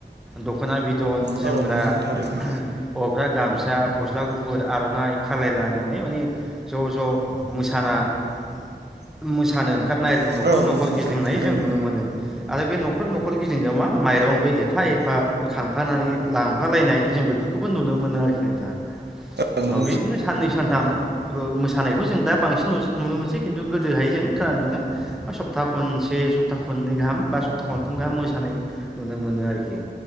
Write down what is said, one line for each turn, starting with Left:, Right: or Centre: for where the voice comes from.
Centre: दख'ना बिदन जोग्रा
Right: औ नोंथां थारैनो
Centre: <unintelligible> हौवाफ्रा गामसा, गस्ला गुफुर, आर'नाइ खालायलालनानै माने ज' ज' मोसाना ना मोसानो ओंखारनाय आरोखि
Right: औ
Centre: न'खर न'खर
Right: नंगौ
Centre: गिदिंनाय
Right: नोंथां थारैनो
Centre: जों नुनो मोनो आरो बे न'खर न'खर गिदिंनायाव मा माइरंबो ए एफा एफा खांफानानै लांफालायनाय जों बेफोरखौबो नुनो मोनो आरोखि नोंथां।
Right: औ नंगौ
Centre: अ बिदिनो साननै सानथाम ओ मोसानायखौ जों दा बांसिन नुस नुनो मोनसै खिन्थु गोदोहाय जों खोनानो मोनदों सप्ता खनसे सप्ता खननै गाहाम बा सप्ता खनथाम गाहाम मोसानाय नुनो मोनो आरोखि। खि